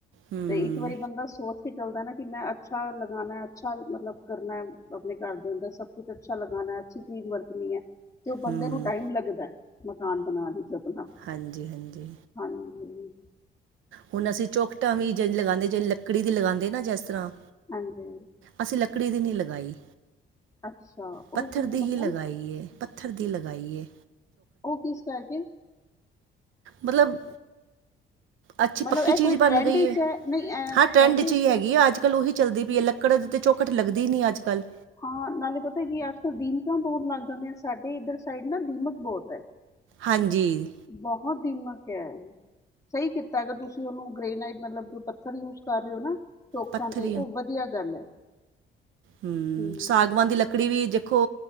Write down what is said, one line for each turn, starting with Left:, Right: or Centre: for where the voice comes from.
Right: ਹਮ
Left: ਤੇ ਇੱਕ ਵਾਰੀ ਬੰਦਾ ਸੋਚ ਕੇ। ਚੱਲਦਾ ਨਾ ਕਿ ਮੈਂ ਅੱਛਾ ਲਗਾਨੈ, ਅੱਛਾ ਮਤਲਬ ਕਰਨੈ ਆਪਣੇ ਘਰ ਦੇ ਅੰਦਰ ਸਭ ਕੁਛ ਅੱਛਾ ਲਗਾਨੈ। ਅੱਛੀ ਚੀਜ਼ ਵਰਤਣੀ ਹੈ ਤੇ ਉਹ ਬੰਦੇ
Right: ਹਮ
Left: ਨੂੰ ਟਾਈਮ ਲੱਗਦਾ ਮਕਾਨ ਬਣਾਣ ਚ। ਸਪਨਾ
Right: ਹਾਂਜੀ ਹਾਂਜੀ
Left: ਹਾਂਜੀ।
Right: ਹੁਣ ਅਸੀਂ ਚੋਖਟਾਂ ਵੀ ਜੇੜੀ ਲਗਾਉਂਦੇ ਜੇੜੀ ਲੱਕੜੀ ਦੀ ਲਗਾਦੇ ਨਾ ਜਿਸ ਤਰ੍ਹਾਂ।
Left: ਹਾਂਜੀ,
Right: ਅਸੀਂ ਲੱਕੜੀ ਦੀ ਨਹੀਂ ਲਗਾਈ।
Left: ਅੱਛਾ ਉਹ
Right: ਪੱਥਰ
Left: ਕਿਵੇਂ
Right: ਦੀ
Left: ਮਤਲਮ।
Right: ਹੀ ਲਗਾਈ ਏ ਪੱਥਰ ਦੀ ਲਗਾਈਏ।
Left: ਉਹ ਕਿਸ ਕਰਕੇ?
Right: ਮਤਲਬ। ਅੱਛੀ
Left: ਮਤਲਬ
Right: ਪੱਕੀ
Left: ਇਹ
Right: ਚੀਜ਼
Left: ਕੋਈ
Right: ਬਣ
Left: ਟਰੈਂਡ
Right: ਗਈ
Left: ਵਿੱਚ
Right: ਹੈ।
Left: ਨਹੀਂ ਇਹ
Right: ਹਾਂ, ਟਰੈਂਡ ਚ
Left: ਵਿੱਚ
Right: ਹੀ ਹੈਗੀ
Left: ਹੈ
Right: ਆ। ਅੱਜ ਕੱਲ ਉਹੀ। ਚੱਲਦੀ ਪਈ ਹੈ। ਲੱਕੜ ਤੇ ਝੌਖਟ ਲਗਦੀ ਹੀ ਨ ਅਜ ਕੱਲ੍ਹ।
Left: ਹਾਂ। ਨਾਲੇ ਪਤਾ ਕਿ ਹੈ! ਅੱਜ ਕੱਲ੍ਹ ਦੀਮਕਾਂ ਬਹੁਤ ਲੱਗ ਜਾਂਦੀ ਹੈ। ਸਾਡੇ ਇੱਧਰ ਸਾਈਡ ਨਾ ਦੀਮਕ ਬਹੁਤ ਹੈ।
Right: ਹਾਂਜੀ
Left: ਬਹੁਤ ਦਿਮਾਗ। ਸਹੀ ਕੀਤਾ। ਅਗਰ ਤੁਸੀਂ ਉਹਨੂੰ! ਗ੍ਰੇਨਾਈਡ, ਮਤਲਬ ਜੋ ਪੱਥਰ ਯੂਜ ਕਰ ਰਹੇ ਹੋ ਨਾ। ਟੋਕਟਾਂ
Right: ਪੱਥਰ
Left: ਤੇ, ਉਹ ਵਧੀਆ ਗੱਲ ਹੈ।
Right: ਹਮ।
Left: ਹੂੰ
Right: ਸਾਗਵਾਨ ਦੀ ਲੱਕੜੀ ਵੀ ਜ। ਦੇਖੋ